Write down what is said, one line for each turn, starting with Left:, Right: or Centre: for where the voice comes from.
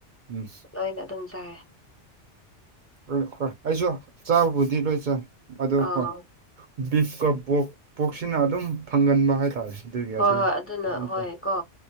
Right: ꯎꯝ
Left: ꯂꯣꯏꯅ ꯑꯗꯨꯝ ꯆꯥꯏꯔꯦ
Right: ꯍꯣꯏ ꯑꯩꯁꯨ ꯆꯥꯕꯕꯨꯗꯤ ꯂꯣꯏ ꯆꯥꯏ ꯑꯗꯣ
Left: ꯑꯥ
Right: ꯍꯣꯏ
Left: ꯎꯝ
Right: ꯕꯤꯐꯀ ꯕꯣꯛ ꯄꯣꯛꯁꯤꯅ ꯑꯗꯨꯝ ꯐꯪꯒꯟꯕ ꯍꯥꯏꯇꯥꯔꯦ ꯑꯗꯨꯒꯤ
Left: ꯍꯣꯏ
Right: ꯑꯗꯨ
Left: ꯍꯣꯏ ꯑꯗꯨꯅ
Right: ꯑꯗꯨ
Left: ꯍꯣꯏ
Right: ꯆ
Left: ꯀꯣ